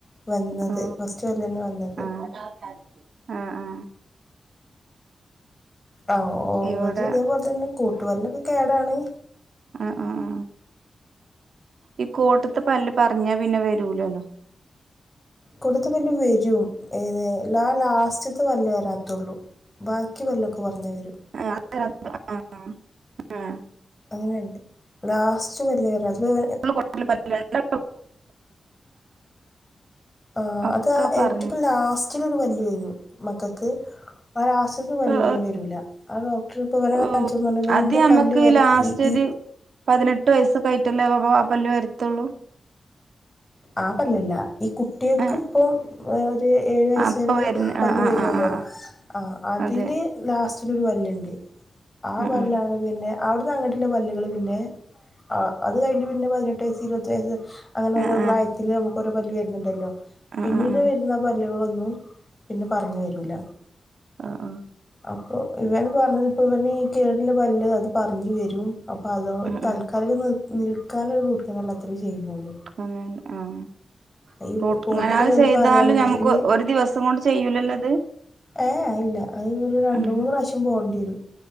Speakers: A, on the left; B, on the right.
A: വന്നത്
B: ഓ
A: ഫസ്റ്റ് പല്ല് തന്നെ വന്നത്
B: <unintelligible> ആ
A: ആഹ് ഓളതും
B: ഇവിടെ
A: തെപോൽതന്നെ കൂട്ടുപല്ലൊക്കെ കേടാണ്
B: ആഹ് ആഹ് ആഹ് ഈ കോട്ട്ത്തെ പല്ല് പറഞ്ഞാ പിന്നെ വരൂലല്ലോ
A: കൊട്ത്ത പല്ല് വരും ഏഹ് ല്ലാ ലാസ്റ്റത്ത് പല്ല് വരാത്തുള്ളു ബാക്കി പല്ലൊക്കെ പറഞ്ഞ വരും
B: ആഹ് <unintelligible> ആഹ് ആഹ് ആഹ്
A: അങ്ങനെണ്ട് ലാസ്റ്റ് വലിയരു അത്പങ്ങനെ
B: <unintelligible> പല്ലില്ല
A: ആഹ്
B: ഒക്കെ
A: അത് ആ
B: പറഞ്ഞു
A: ഏറ്റവും ലാസ്റ്റിലൊരു പല്ലവരും മക്കൾക്ക് ആ ലാസ്റ്റ്ത്ത പല്ല്
B: ആ
A: പിന്നെ
B: ആ
A: വരൂല്ല ആ ഡോക്ടർ ഇപ്പ ഇവനെ
B: ഓ
A: കാണിച്ചപ്പ പർഞ്ഞു ഇവന്റെ
B: അത് ഞമ്മക്ക്
A: പല്ലവരെ
B: ലാസ്റ്റ്
A: ഈ
B: ഒരു
A: ഈ
B: പതിനെട്ട് വയസ്സൊക്കെ ആയിട്ടല്ലേ അപ്പം ആ പല്ല് വരത്തുള്ളൂ
A: ആ പല്ലല്ല ഈ കുട്ട്യേക്ക്
B: ആ
A: ഇപ്പൊ ഒരു ഏഴു വയസ്സ്
B: അപ്പൊ
A: വരെ
B: വരുന്ന
A: പല്ല്
B: ആ ആ
A: വരുവല്ലോ
B: ആ ആ ആ
A: ആഹ് അതില്
B: അതെ
A: ലാസ്റ്റിലൊരു പല്ല്ണ്ട് ആ
B: ഉം
A: പല്ലാണ്
B: ഉം
A: പിന്നെ അവിടന്ന് അങ്ങിട്ടില്ല പല്ലുകള് പിന്നെ അത് കഴിഞ്ഞിട്ട് പിന്നെ പതിനെട്ട് വയസ്സ് ഇരുപത് വയസ്സ് അങ്ങനെ ഓരോ
B: ആ
A: പ്രായത്തില്
B: ആ
A: നമുക്ക് ഓരോ പല്ല് വരുന്നുണ്ടല്ലോ
B: ആ ആ
A: പിന്നീട്
B: ആ
A: വരുന്ന പല്ലുകളൊന്നും പിന്നെ പറഞ്ഞു വരൂല
B: അഹ് ആഹ്
A: അപ്പൊ ഇവൻ പറഞ്ഞത് ഇപ്പ ഇവന് കേടില്ല പല്ല് അത് പറഞ്ഞു വരും അപ്പൊ അതോ
B: ഉം
A: തൽക്കാലിക
B: ഉം
A: നി നിൽക്കാനൊരു റൂട്ട്കനാല് അത്രേ ചെയ്യുന്നുള്ളൂ
B: ആങ്ങന ആഹ്
A: ഈ
B: റൂട്ട്കനാല്
A: കോട്ടത്തെ പല്ല്
B: ചെയ്താലും
A: പറയുകയാണെങ്കിൽ
B: നമുക്ക് ഒരു ദിവസം കൊണ്ട് ചെയ്യൂലല്ലോ അത്
A: ഏഹ് അഹ് ഇല്ല അത് ഒരു രണ്ടമൂന്ന്
B: ഉം
A: പ്രാവശ്യം പോണ്ടി വരും